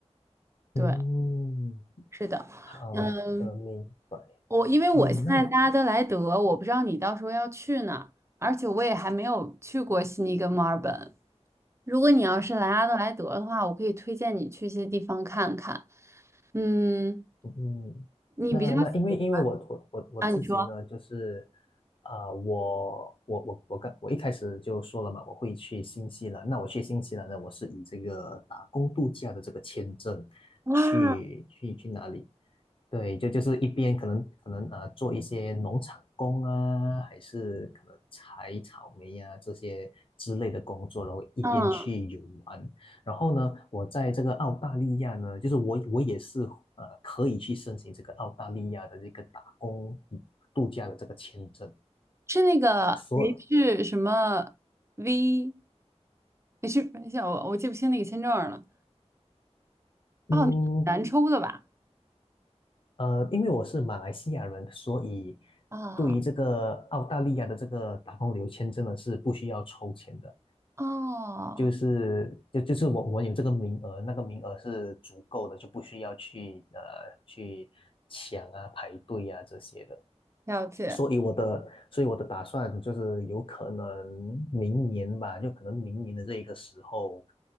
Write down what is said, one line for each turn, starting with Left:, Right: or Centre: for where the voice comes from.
Right: 对，
Left: 嗯，
Right: 是的，
Left: 好的，
Right: 嗯，
Left: 明白。
Right: 我因为我现在在阿德莱德，
Left: 嗯，那
Right: 我不知道你到时候要去哪，而且我也还没有去过悉尼跟墨尔本。如果你要是来阿德莱德的话，我可以推荐你去一些地方看看。嗯，
Left: 嗯，
Right: 你比较喜
Left: 那那因为因为我我我我自己呢，
Right: 啊？你说
Left: 就是啊、呃我我我我刚我一开始就说了嘛，我会去新西兰。那我去新西兰呢，我是以这个打工度假的这个签证去去去哪里？
Right: 哇？
Left: 对，就就是一边可能可能呃做一些农场工啊，还是可能采草莓呀、啊这些之类的工作，然后一边去游玩。
Right: 嗯，
Left: 然后呢，我在这个澳大利亚呢，就是我我也是呃可以去申请这个澳大利亚的这个打工度假的这个签证。
Right: 是那个
Left: 所
Right: H 什么 V H？等一下，我我记不清那个签证了。
Left: 嗯
Right: 哦，那个很难抽的吧？
Left: 呃，因为我是马来西亚人，所以
Right: 啊，
Left: 对于这个澳大利亚的这个打工旅游签证呢是不需要抽签的。
Right: 哦，
Left: 就是就就是我我们有这个名额，那个名额是足够的，就不需要去呃去抢啊、排队啊这些的。
Right: 了解。
Left: 所以我的所以我的打算就是有可能明年吧，就可能明年的这一个时候，